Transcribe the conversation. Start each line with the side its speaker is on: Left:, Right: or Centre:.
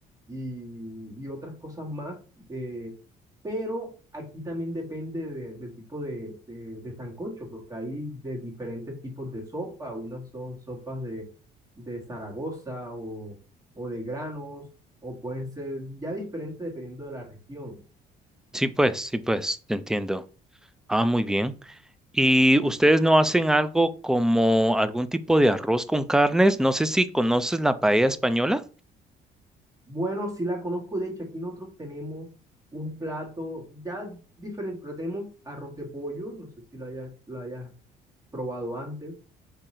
Right: y, y otras cosas más. eh, pero aquí también depende de- del tipo de, de, de sancocho, porque hay de diferentes tipos de sopa. Unas son sopas de, de Zaragoza o, o de granos, o pueden ser ya diferentes dependiendo de la región.
Centre: Sí, pues, sí, pues, te entiendo. Ah, muy bien. ¿Y ustedes no hacen algo como algún tipo de arroz con carnes? No sé si conoces la paella española.
Right: Bueno, sí la conozco. De hecho, aquí nosotros tenemos un plato ya diferente, pero tenemos arroz de pollo. No sé si lo hayas, lo hayas probado antes.